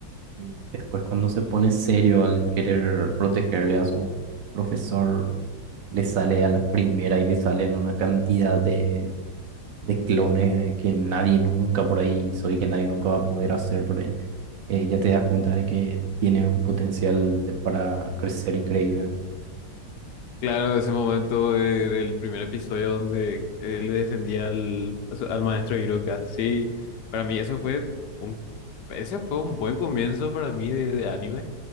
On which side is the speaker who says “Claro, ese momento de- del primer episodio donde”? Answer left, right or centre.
Left